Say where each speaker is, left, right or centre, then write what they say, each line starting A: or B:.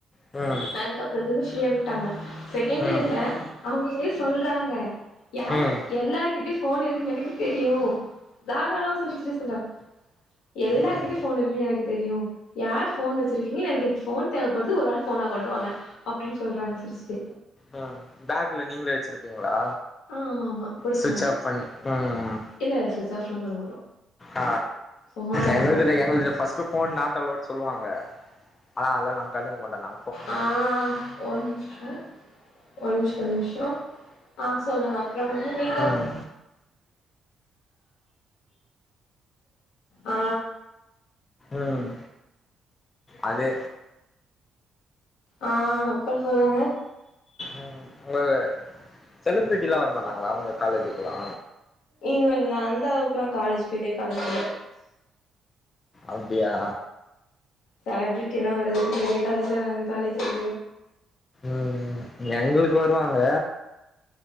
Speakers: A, on the left (about 35°); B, on the left (about 80°).
A: ம்
B: அதுக்கப்பறத்துலருந்து ஃப்ரீயா விட்டாங்க செகண்ட்
A: ம்
B: இயர்ல
A: ம்
B: அவுங்களுக்கே சொல்றாங்க யாருக்கு
A: ம்
B: எல்லார்கிட்டயு ஃபோன் இருக்குன்னு எனக்கு தெரியு தாராளம சிரிச்சிட்டே சொல்றாங் எல்லார்கிட்டயு
A: ம்
B: ஃபோன் இருக்கு எனக்கு தெரியு யார் ஃபோன் வெச்சியிருக்கிங்கள எனக்கு இப்ப ஃபோன் தேவப்படுது ஒரு ஆள் ஃபோன்ன கொண்டுவாங்க அப்டின்னு சொல்றாங்க சிரிஸ்ட்டே
A: ம் பேக்ல நீங்களே வெச்சிருப்பீங்களா
B: ஆ ஆமா ஆமா கொடுக்க
A: சுவிட்ச்
B: மாட்டோ
A: ஆப் பண்ணி ம் ம்
B: இல்ல சுவிட்ச் ஆப்லா பண்ண மாட்டோ
A: ஆ
B: சும்மா கெடக்கு
A: எங்களுதுல எங்களுதுல first phone not allowed சொல்லுவாங்க அனா அதல்லா கண்டுக்க மாட்டோ நா
B: ஆ ஒரு நிம்ஷோ ஒரு நிம்ஷோ நிம்ஷோ ஆ சொல்லுங்க அப்பறோ வந்து நீங்க
A: ம்
B: ஆ
A: ம் அது
B: ஆ அப்பற சொல்லுங்க
A: ம் உங்களது செலிப்ரிட்டிலா வரமாட்டாங்களா உங்க காலேஜுக்குலா
B: இல்ல இல்ல அந்த அளவுக்குலா காலேஜ் பெரிய காலேஜ் இல்ல
A: அப்டியா
B: செலபிரிட்டி எல்லா வர்றதுக்கு பெரிய காலேஜ்ல நாங்க காலேஜ் <unintelligible>
A: ம் ம் எங்களுக்கு வருவாங்க